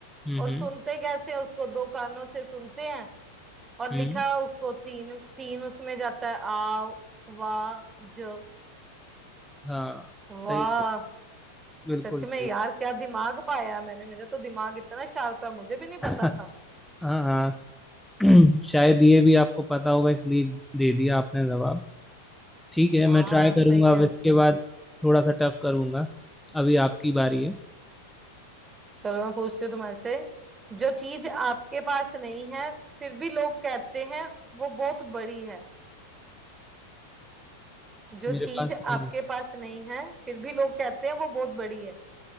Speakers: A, in the centre; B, on the right.
A: हम्म
B: और
A: हम्म
B: सुनते कैसे हैं उसको दो कानों से सुनते हैं और
A: हम्म
B: लिखा उसको तीन तीन उसमें जाता है आ वाह ज
A: हाँ
B: वाह
A: सही बिल्कुल
B: सच में
A: सही
B: यार क्या दिमाग पाया है मैंने मेरा तो दिमाग इतना शार्प है मुझे भी नहीं
A: <laughs>
B: पता था
A: हाँ हाँ <clears throat> शायद ये भी आपको पता होगा इसलिए दे दिया आपने जवाब ठीक है
B: हाँ
A: मैं ट्राई करूंगा
B: सही कह
A: अब इसके
B: रहे थे
A: बाद थोड़ा सा टफ करूंगा अभी आपकी बारी है
B: चलो मैं पूछती हूँ तुम्हारे से जो चीज आपके पास नहीं है फिर भी लोग कहते हैं वो बहुत बड़ी है जो
A: मेरे
B: चीज
A: पास नहीं
B: आपके
A: है
B: पास नहीं है फिर भी लोग कहते हैं वो बहुत बड़ी है